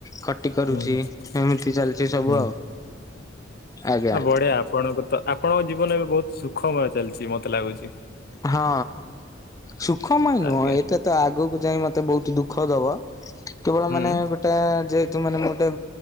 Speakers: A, on the left; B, on the left.
A: ଖଟି କରୁଛି
B: ହଁ ହଁ
A: ଏମିତି ଚାଲିଛି ସବୁ ଆଉ। ଆଜ୍ଞା।
B: ଆ ବଢିଆ ଆପଣଙ୍କ ତ ଆପଣଙ୍କ ଜୀବନ ଏବେ ବହୁତ ସୁଖମୟ ଚାଲିଛି ମତେ ଲାଗୁଛି।
A: ହଁ। ସୁଖମୟ ନୁହଁ
B: ଆଜ୍ଞା
A: ଏଇଟା ତ ଆଗକୁ ଯାଇ ମତେ ବହୁତ ଦୁଃଖ ଦବ। କେବଳ
B: ହୁଁ
A: ମାନେ ଟା ଯେହେତୁ ମାନେ ଗୋଟେ